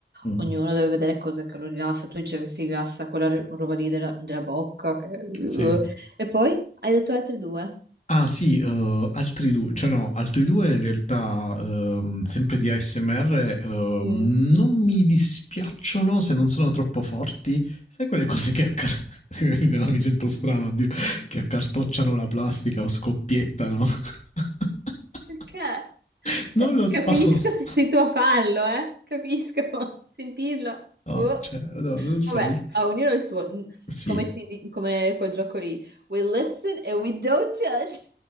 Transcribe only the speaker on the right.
ognuno deve vedere cos'è che lo rilassa, tu dicevi che ti rilassa quella ro- roba lì della, della bocca, che- uh.
e poi hai detto altre due.
Mm.
Perché?
Cioè,
capisco
<laughs> che sei tu a farlo, eh? Capisco, <laughs> sentirlo.
Oh.
Vabbè,
a ognuno il suo, N-
come, si di- come quel gioco lì. We listen and we don't judge.